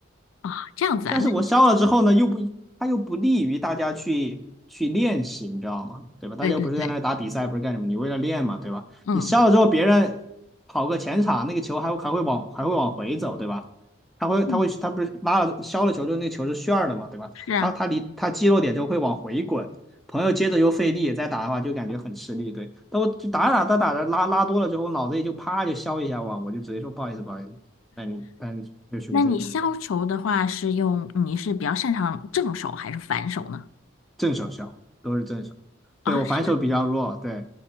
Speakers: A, on the left; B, in the centre.
A: 啊、这样子啊？
B: 但是我烧了之后呢，
A: 那你就是
B: 又不，它又不利于大家去去练习，你知道吗？对吧？大家又不是在那儿打比赛，
A: 对对对，
B: 不是干什么？你为了练嘛，对吧？
A: 嗯。
B: 你烧了之后，别人跑个前场，那个球还还会往还会往回走，对吧？他会他会他不是拉了削了球之后，
A: 嗯，
B: 那球是旋儿的嘛，对吧？
A: 是啊，
B: 他他离他击落点之后会往回滚，朋友接着又费力再打的话，就感觉很吃力。对，但我就打着打着打着拉拉多了之后，脑子里就啪就削一下哇，我就直接说不好意思不好意思，但但就属于这种。
A: 那你削球的话是用，
B: 对。
A: 你是比较擅长正手还是反手呢？
B: 正手削，都是正手。
A: 啊，
B: 对，我反手比较弱，
A: 是吗？
B: 对